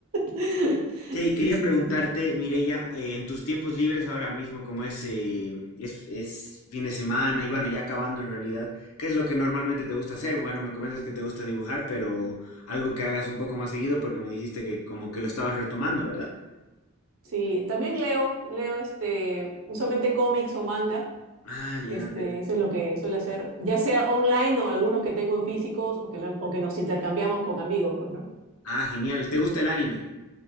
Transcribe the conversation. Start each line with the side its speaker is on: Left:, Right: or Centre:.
Right: <laughs>
Left: Jay,
Right: Sí,
Left: quería
Right: sí,
Left: preguntarte,
Right: sí.
Left: Mireya, eh, en tus tiempos libres ahora mismo, como es, eh, es, es fin de semana y bueno, ya acabando en realidad, ¿qué es lo que normalmente te gusta hacer? Bueno, me comentas que te gusta dibujar, pero algo que hagas un poco más seguido porque me dijiste que como que lo estabas retomando, ¿verdad?
Right: Sí, también leo, leo este, usualmente cómics o manga.
Left: Ah, ya,
Right: Este,
Left: te-
Right: eso es lo que suelo hacer, ya sea online o algunos que tengo en físicos o que, me o que nos intercambiamos con amigos, pues, ¿no?
Left: ah, genial. ¿Te gusta el anime?